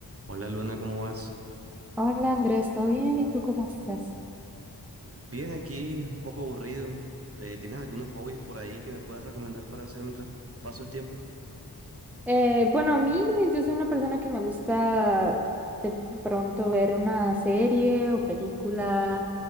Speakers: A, on the right (about 35°); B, in the centre.
A: Hola Luna, ¿cómo vas?
B: Hola Andrés, ¿todo bien? ¿Y tú cómo estás?
A: Bien, aquí un poco aburrido. Eh, ¿tienes algunos hobbies por ahí que me puedas recomendar para hacer mientras paso el tiempo?
B: Eh, bueno, a mí yo soy una persona que me gusta de pronto ver una serie o película.